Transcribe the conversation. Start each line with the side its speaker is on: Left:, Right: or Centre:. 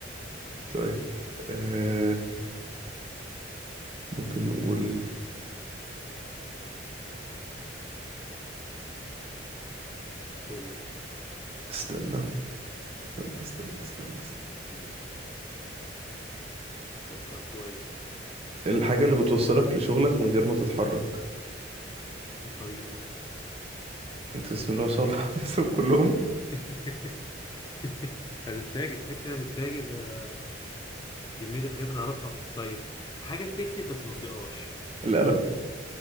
Right: طيب آه، ممكن نقول
Left: قول لي
Right: استنى استنى استنى استنى, استنى.
Left: ماشي فكر كويس
Right: الحاجة اللي بتوصلك لشغلك من غير ما تتحرك
Left: الطريق
Right: انت بسم الله ما شاء الله <laughs> حافظهم كلهم
Left: <laughs> هتتفاجئ اكشن هتتفاجئ ده كمية الحاجات اللي اعرفها طيب حاجة بتكتب بس ما بتقراش
Right: القلم